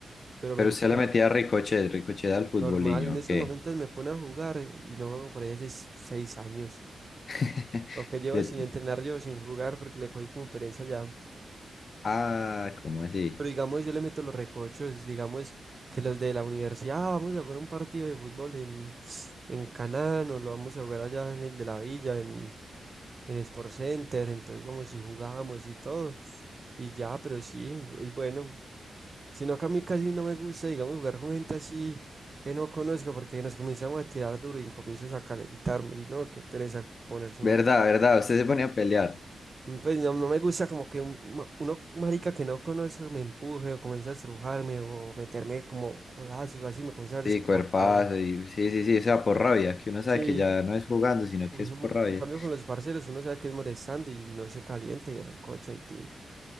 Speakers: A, on the right; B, on the left.
A: Pero me
B: Pero
A: gusta,
B: usted le metía ricochet, ricochet al futboliño,
A: normal, en estos
B: ¿qué?
A: momentos me pone a jugar eh, y no juego por ahí hace s- seis años.
B: <laughs>
A: Lo que llevo
B: De-
A: sin entrenar, llevo sin jugar porque le cogí como pereza ya.
B: Ah, ¿cómo así?
A: Pero digamos, yo le meto los recochos, digamos que los de la universidad, "Ah, vamos a jugar un partido de fútbol en, en Canán o lo vamos a jugar allá en el de la villa, en, en Sport Center, entonces vamos y jugamos y todo. Y ya, pero sí, es bueno. Sino que a mí casi no me gusta, digamos, jugar con gente así que no conozco porque nos comenzamos a tirar duro y comienzo a calentarme y no, qué pereza ponerse
B: Verdad,
A: uno
B: verdad, usted se ponía a pelear.
A: Mm, Pues no, no me gusta como que un, ma- uno marica que no conozca me empuje o comience a estrujarme o meterme como codazos o así, me comienza a dar
B: Sí,
A: es
B: cuerpazo,
A: como rabia.
B: y sí, sí, sí, o sea, por rabia, que uno sabe
A: Sí,
B: que ya no es jugando, sino que
A: ujú.
B: es por rabia.
A: En cambio con los parceros uno sabe que es molestando y no se calienta y recocha y tin.